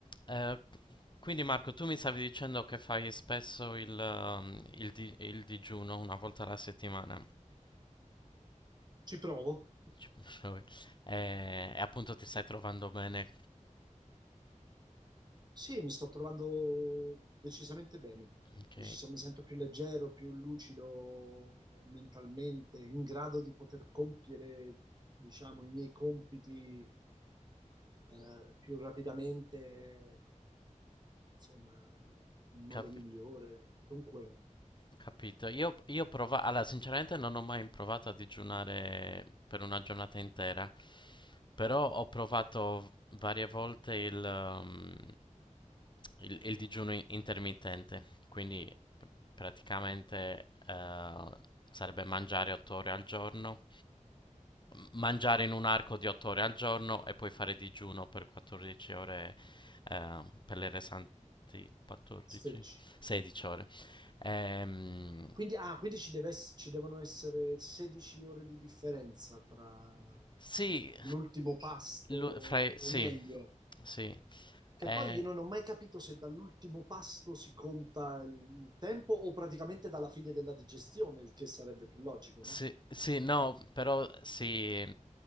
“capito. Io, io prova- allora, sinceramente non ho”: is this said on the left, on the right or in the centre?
Left